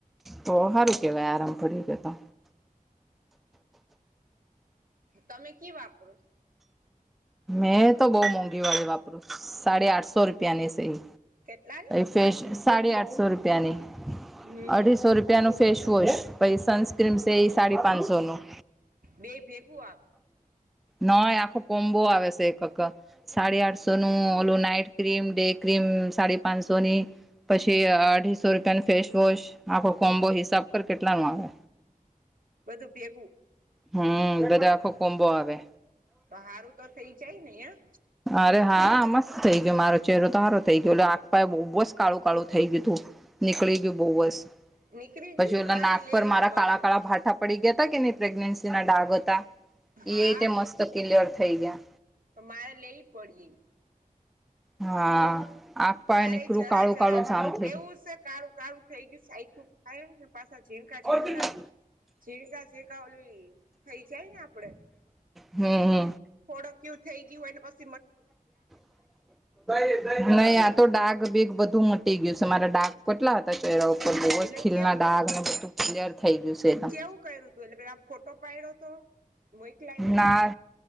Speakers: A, in the centre; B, on the right.
A: તો હારું કેવાય આરામ પડી ગયો તો
B: તમે કિ વાપરો
A: મેં તો બૌ મોંઘી વાળી વાપરું સાડી આઠસો રૂપિયા ની સીંગ
B: કેટલા ની
A: ફેશ સાડી આઠસો રૂપિયાની
B: હમ
A: અઢીસો રૂપિયાનું ફેશ વોશ પછી સનસ્ક્રીમ્સ તે સાડે પાંશો નું
B: બે ભેગું આવે
A: નય આખો કો બો આવે છે એક ક સાડી આઠસો નું ઓલું નાઈટ ક્રીમ ડે ક્રીમ સાડી પાંસો ની પછી અઢીસો રૂપિયા નું ફેસવોશ આખો કોમ્બો હિસાબ કર કેટલા નું આવે
B: બધું ભેગું
A: હમ બધા આખો કોમબો આવે
B: તો હારું તો થઈ જાય ને યા
A: અરે હા મસ્ત થઈ ગયો મારો ચહેરો તો હારો થઈ ગયો એટલે આગપાય બહુ બસ કાળું કાળું થઈ ગયું તું નીકળી ગયું બહુસ
B: નીકળી
A: પછી
B: ગયું
A: એલા
B: મારે
A: નાક
B: લેવી
A: પર મારા
B: જ પડી
A: કાળા કાળા
B: તો
A: ભાટા પડી ગયા તા કેની પ્રેગ્નેન્સી ના ડાગ હતા
B: હા
A: એ તે મસ્ત ક્લિયર થઈ ગયા
B: તો મારે લેવી પડી
A: હા આંખ પાય
B: મારે
A: નીકળું
B: જરા
A: કાળું
B: જરા
A: કાળું જામ થઈ
B: એવું છે કાળું કાળું થઈ ગયું સાઈખું કારણ કે પાછા ઝીણકા
A: હમ
B: ઝીણકા છીંકા છીંકા ઓલું થઈ જાય ને આપડે
A: <inaudible> હમ હમ
B: થોડકયું થઈ ગયું એને પસ
A: <inaudible> નઈ આ તો ડાઘ બીગ બધું ગયું છે મારા ડાગ કેટલા હતા ચહેરા ઉપર બોસ
B: એટલે
A: ખીલના
B: કેવું
A: ડાગને
B: કર
A: બધું ક્લિયર થઈ ગયું છે એકદમ
B: કેવું કર્યું તુંયે પેલા ફોટો પડ્યો તો મોકલાયો
A: ના
B: તો